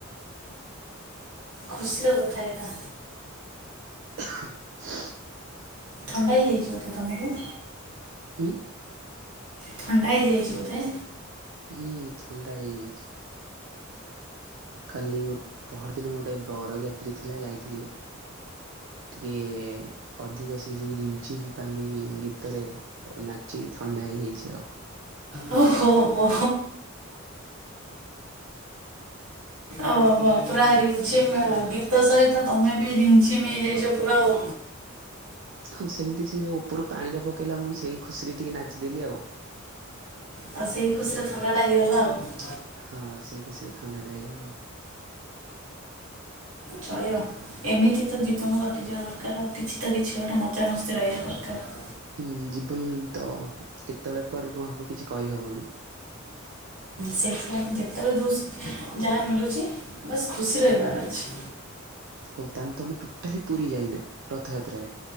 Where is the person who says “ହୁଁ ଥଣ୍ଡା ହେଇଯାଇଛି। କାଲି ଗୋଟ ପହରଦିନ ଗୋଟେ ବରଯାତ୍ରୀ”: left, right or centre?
Right